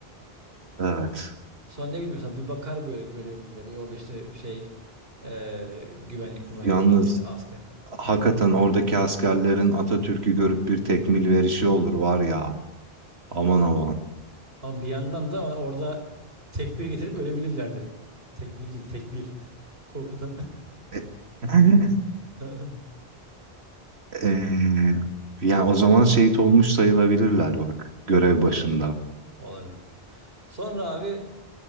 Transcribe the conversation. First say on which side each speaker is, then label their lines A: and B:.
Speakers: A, on the right (about 90°); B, on the right (about 70°).
A: Evet.
B: Sonra ne bileyim bir bakar böyle görevlileri. Orada işte şey eee, güvenlik mümenlik
A: Yalnız
B: falan işte asker.
A: hakikaten
B: Ha.
A: oradaki askerlerin Atatürk'ü görüp bir tekmil verişi olur var ya. Aman aman.
B: Ama bir yandan da orada tekbir getirip ölebilirlerdi. Tekmil değil tekbir. <laughs> Korkudan.
A: E, <laughs>
B: <laughs>
A: Eee, yani o zaman şehit olmuş sayılabilirler bak görev
B: Olabilir.
A: başında.
B: Olabilir. Sonra abi